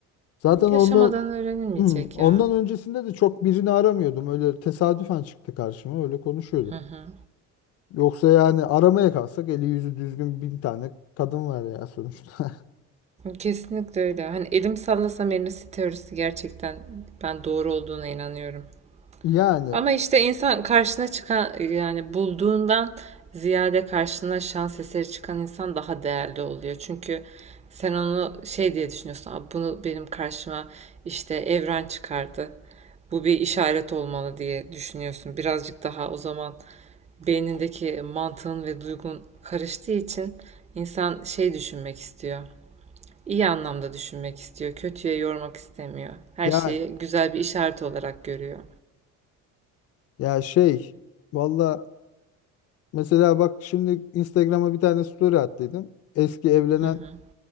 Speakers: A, on the left (about 50°); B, on the right (about 20°).
A: Zaten ondan
B: Yaşamadan öğrenilmeyecek
A: ondan
B: ya.
A: öncesinde de çok birini aramıyordum. Öyle tesadüfen çıktı karşıma öyle konuşuyorduk.
B: Hı hı.
A: Yoksa yani aramaya kalsak eli yüzü düzgün bin tane kadın var ya sonuçta. <laughs>
B: Kesinlikle öyle. Hani elim sallasam elmesi teorisi gerçekten ben doğru olduğuna inanıyorum.
A: Yani
B: Ama işte insan karşına çıkan yani bulduğundan ziyade karşına şans eseri çıkan insan daha değerli oluyor. Çünkü sen onu şey diye düşünüyorsun. "Aa, Bunu benim karşıma işte evren çıkardı. Bu bir işaret olmalı diye düşünüyorsun. Birazcık daha o zaman beynindeki mantığın ve duygun karıştığı için insan şey düşünmek istiyor. İyi anlamda düşünmek istiyor. Kötüye yormak istemiyor. Her
A: ya
B: şeyi güzel bir işaret olarak görüyor.
A: ya şey valla Mesela bak şimdi Instagram'a bir tane story attıydım. Eski evlenen
B: Hı hı.